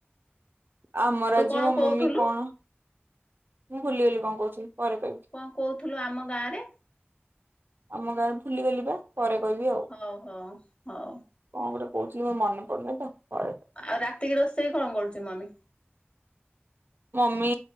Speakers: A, on the right (about 55°); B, on the left (about 30°).
A: ଆମର
B: ତୁ
A: ଆଜି
B: କଣ
A: ମୋ
B: କହୁଥିଲୁ
A: ମମି କଣ ମୁଁ ଭୁଲି ଗଲି କଣ କହୁଥିଲି ପରେ କହିବି।
B: କଣ କହୁଥିଲୁ ଆମ ଗାଁରେ।
A: ଆମ ଗାଁରେ ଭୁଲିଗଲି ବା ପରେ କହିବି ଆଉ।
B: ହଉ ହଉ ହଉ।
A: କଣ ଗୋଟେ କହୁଥିଲି ମୁଁ ମନେ ପଡନି ତ କ
B: ଆଉ ରାତିକି ରୋଷେଇ କଣ କରୁଛି ମମି?
A: ମମି